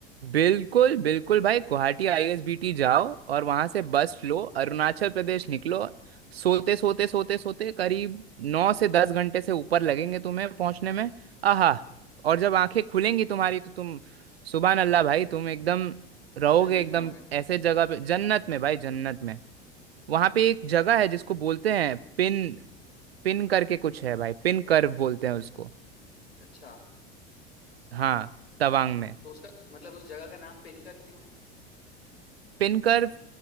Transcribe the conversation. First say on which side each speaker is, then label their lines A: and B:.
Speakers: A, on the right; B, on the left.
A: बिल्कुल बिल्कुल भाई गुवाहाटी आईएसबीटी जाओ और वहां से बस लो अरुणाचल प्रदेश निकलो सोते सोते सोते सोते करीब नौ से दस घंटे से ऊपर लगेंगे तुम्हें पहुंचने में आहा और जब आंखें खुलेंगी तुम्हारी तो तुम सुबह अल्लाह भाई तुम एकदम रहोगे
B: जन्नत
A: एकदम
B: में हो गए
A: ऐसे जगह पे जन्नत में भाई जन्नत में वहां पे एक जगह है जिसको बोलते हैं पिन पिन करके कुछ है भाई पिन कर्व बोलते हैं उसको
B: अच्छा
A: हाँ तवांग में
B: तो उसका मतलब उस जगह का नाम पिनकर क्यों है
A: पिन कर्व